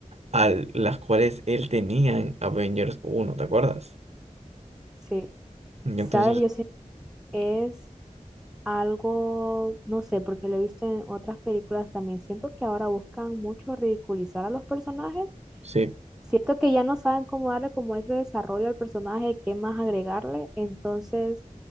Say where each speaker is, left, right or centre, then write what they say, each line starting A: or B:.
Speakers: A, on the right; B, in the centre.
A: a las cuales él tenía en Avengers uno ¿te acuerdas?
B: sí,
A: Y
B: sabes,
A: entonces,
B: yo siento que es algo, no sé, porque lo he visto en otras películas también, siento que ahora buscan mucho ridiculizar a los personajes
A: sí.
B: siento que ya no saben cómo darle como ese desarrollo al personaje, qué más agregarle, entonces